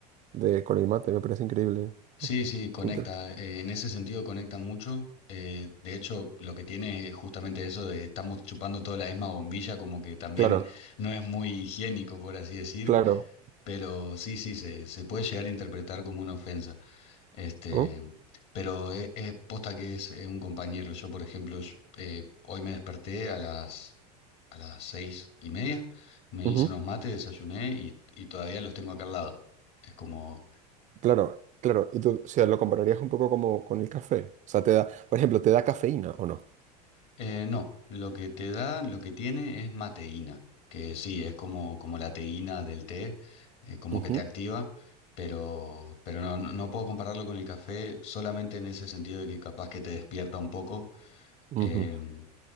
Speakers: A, on the right; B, on the left.
A: de con el mate, me parece increíble.
B: sí,
A: Oh,
B: sí, conecta.
A: qué inter-
B: eh, en ese sentido conecta mucho. eh, de hecho, lo que tiene es justamente eso de estamos chupando toda la misma bombilla, como que también
A: Claro,
B: no es muy higiénico, por así decir.
A: claro.
B: Pero sí, sí, se, se puede llegar a interpretar como una ofensa. Este,
A: ¿Oh?
B: pero es, es posta que es, es un compañero. Yo, por ejemplo, yo- eh, hoy me desperté a las a las seis y media, me
A: Ujú.
B: hice unos mates, desayuné y, y todavía los tengo acá al lado. Es como,
A: Claro, claro. Y tú, o sea, lo compararías un poco como con el café. O sea, te da, por ejemplo, ¿te da cafeína o no?
B: eh, no, lo que te da, lo que tiene es mateína, que sí, es como, como la teína del té, eh, como
A: Ujú,
B: que te activa, pero, pero no, no, no puedo compararlo con el café solamente en ese sentido de que capaz que te despierta un poco
A: ujú.
B: Em,